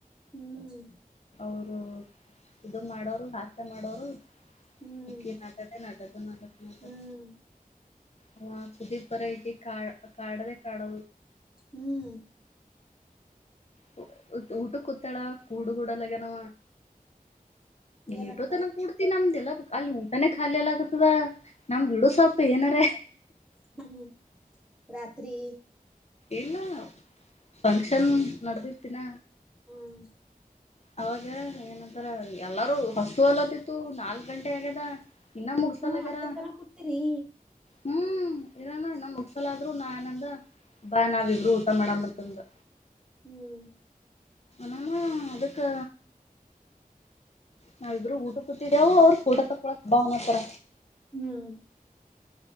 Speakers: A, in the centre; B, on the left.
A: ಹ್ಮ್
B: ಹೌದು ಇದು ಮಾಡೋರು ಹಾ ಇಷ್ಟ ಮಾಡೋರು
A: ಹ್ಮ್
B: ಇ ಕತೆ ನ ಕದು ಕ ಕ
A: ಹ್ಮ್
B: ಹ ಪುದಪರ ಕಾ ಕಾಡದೆೇ ಕಾಡ
A: ಹ್ಮ್
B: ಹ್ಮ ಊಟ ಕೂತಾಳ ಕೂಡು ಕೂಡಲ್ಲ ನ
A: ಏನತ್ತ
B: ಏಟು ತನ ಕುಡ್ತೀನಿ ನಮ್ದೆಲ್ಲಾ ಅಲ್ಲಿ ಊಟಾನ ಖಾಲಿ ಎಲ್ಲ ಆಗತದ ನಮ್ ಗಿಡು ಸಾಪ್ ಏನಾರ
A: ಹ್ಮ ಹ್ಮ್ ರಾತ್ರಿ
B: ಇಲ್ಲ ಫಂಕ್ಷನ್ ನಡ್ದಿರ್ತೀಿನ
A: ಹ್ಮ್
B: ಅವಾಗ ಏನಂತಾರ ಎಲ್ಲಾರೂ ಹೊಸತು ಹೊಲತ್ತತ್ತು ನಾಲ್ಕ್ ಗಂಟೆ ಆಗ್ಯದ ಇನ್ನ ಮುಗಸಲಗ್ಯಾರ
A: ಹಾ ಹತ್ತ ತರ ಕೂತಿೀರಿ
B: ಹ್ಮ್ ಇದ ನಮ್ ಮುಗಸಲಾದ್ರು ನಾ ಏನ ಬಾ ನಾವ ಇಬ್ರು ಊಟ ಮಾಡಮ್ಮಂತಂದು
A: ಹ್ಮ್
B: ನ ಅಕ್ಕೆ ನಾ ಇಬ್ಬರು ಊಟ ಕೂತಿದವು ಅವ್ರ ಫೋಟ ತಕೊಳಕ್ ಬಾವನತರ
A: ಹ್ಮ್